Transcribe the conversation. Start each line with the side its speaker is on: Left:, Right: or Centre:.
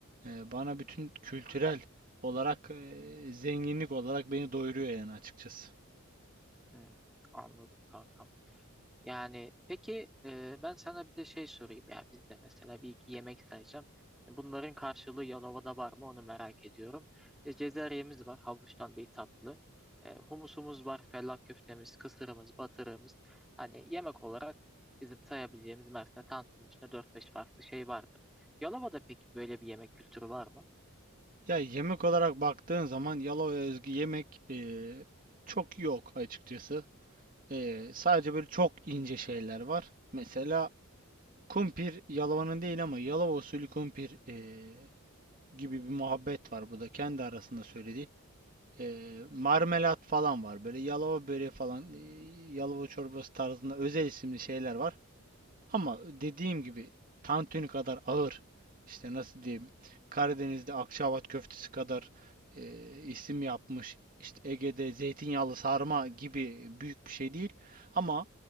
Right: e, bana bütün kültürel olarak e, zenginlik olarak beni doyuruyor yani açıkçası.
Centre: Hmm. Anladım kankam. Yani peki e, ben sana bir de şey sorayım ya bizde mesela bir iki yemek sayacağım. Bunların karşılığı Yalova'da var mı onu merak ediyorum. E, Cezeryemiz var havuçtan bir tatlı. E, humusumuz var fellah köftemiz, kısırımız, batırığımız. Hani yemek olarak bizim sayabileceğimiz Mersin'de tantının dört beş farklı şey vardır. Yalova'da peki böyle bir yemek kültürü var mı?
Right: Ya yemek olarak baktığın zaman Yalova'ya özgü yemek e, çok yok açıkçası. E, sadece böyle çok ince şeyler var. Mesela Kumpir Yalova'nın değil ama Yalova usulü kumpir eee, gibi bir muhabbet var burada kendi arasında söylediği. Eee, marmelat falan var böyle Yalova böreği falan eee, Yalova çorbası tarzında özel isimli şeyler var. Ama dediğim gibi tantuni kadar ağır işte nasıl diyeyim Karadeniz'de Akçaabat köftesi kadar e, isim yapmış işte Ege'de zeytinyağlı sarma gibi büyük bir şey değil ama